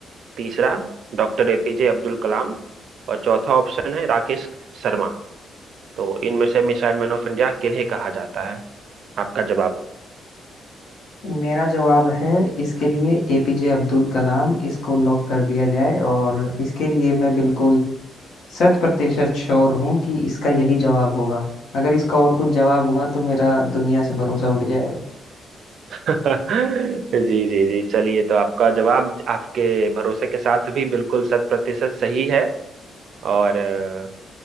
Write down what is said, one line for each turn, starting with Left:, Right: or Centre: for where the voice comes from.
Right: तीसरा डॉक्टर एपीजे अब्दुल कलाम और चौथा ऑप्शन है राकेश शर्मा तो इनमें से मिसाइल मैन ऑफ इंडिया किन्हें कहा जाता है आपका जवाब
Left: मेरा जवाब है इसके लिए एपीजे अब्दुल कलाम इसको लॉक कर दिया जाए और इसके लिए मैं बिल्कुल शत प्रतिशत श्योर हूँ कि इसका यही जवाब होगा अगर इसका और कुछ जवाब हुआ तो मेरा दुनिया से भरोसा उठ जाएगा
Right: <laughs> जी जी जी चलिए तो आपका जवाब आपके भरोसे के साथ भी बिल्कुल शत प्रतिशत सही है और अ,